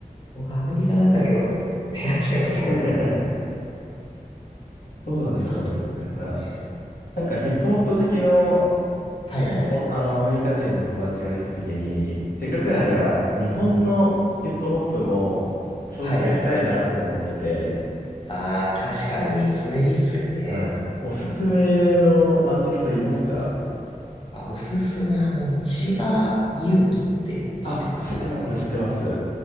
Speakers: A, on the left; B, on the left.
A: こがアメリカなんだけど、ってなっちゃいますもんね。
B: <laughs> そうなんですよ。
A: であと、
B: だから、
A: ね、
B: なんかヒップホップ好きの、
A: はいはいはい。
B: 友あの、アメリカ人の友達ができたときに、せっかくだから、
A: はいはい。
B: 日本のヒップホップも紹介したいなとか思ってて、
A: はいはいはい。ああ、確かに、それいいっすよね。
B: はい。おすすめのアーティストいますか
A: あ、おすすめ、あの、千葉祐希って知ってますあの、
B: あ、知ってます、知ってます。